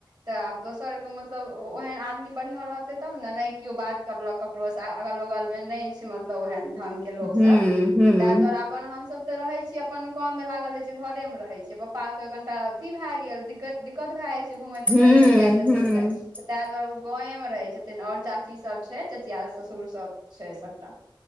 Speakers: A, on the right; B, on the right.
A: तऽ आब दोसर के मतलब ओ ओहन आदमी बढ़िआँ रहतै तब ने, नहि केओ बात करलक ककरो से, अगल बगल मे नहि छै मतलब तब ओहेन ढंग के लोक
B: हूँ
A: सब
B: हूँ
A: त तै दुआरे आब अपन हम सब त रहै छियै अपन काम में लागल रहै छियै, घरे मे रहे छियै, पप्पा आर के कनि काल अथि भय गेल, दीक् दिक्क दिक्कत भए जाइ छै, घुमय
B: हूँ
A: तुमय लै जाइ छथिन
B: हूँ
A: ते। तै दुवारे ओ गाँवे मे रहै छथिन, और चाची सभ छै, चचिया ससुर सभ छै सभटा।